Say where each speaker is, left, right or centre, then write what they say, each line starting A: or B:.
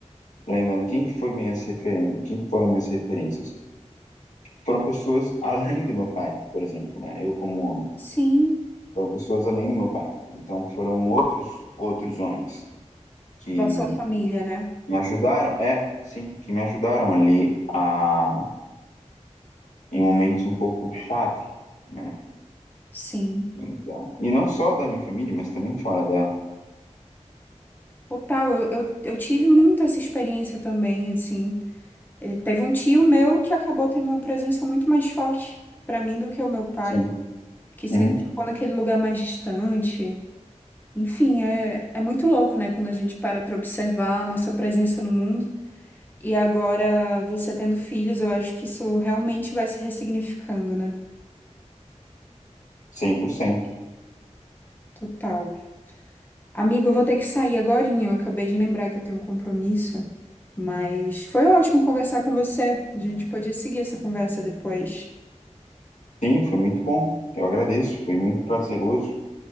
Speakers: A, on the left; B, on the left.
A: lembrando quem que foi minhas referências, quem que foram minhas referências. Foram pessoas além do meu pai, por exemplo, né? Eu como homem
B: Sim,
A: Foram pessoas além do meu pai. Então foram outros outros homens que
B: da sua família, né?
A: me ajudaram, é, sim, que me ajudaram ali a em momentos um pouco chave, né?
B: Sim.
A: Então, e não só da minha família, mas também fora dela.
B: Total, eu, eu, eu tive muito essa experiência também, assim. Eh, Teve um tio meu que acabou tendo uma presença muito mais forte pra mim do que o meu pai,
A: Sim.
B: que sempre
A: Uhum.
B: ficou naquele lugar mais distante. Enfim, é, é muito louco, né, quando a gente para pra observar a nossa presença no mundo. E agora, você tendo filhos, eu acho que isso realmente vai se ressignificando, né?
A: cem por cento
B: Total. Amigo, eu vou ter que sair agorinha. Eu acabei de lembrar que eu tenho um compromisso, mas foi ótimo conversar com você. A gente podia seguir essa conversa depois.
A: Sim, foi muito bom. Eu agradeço, foi muito prazeroso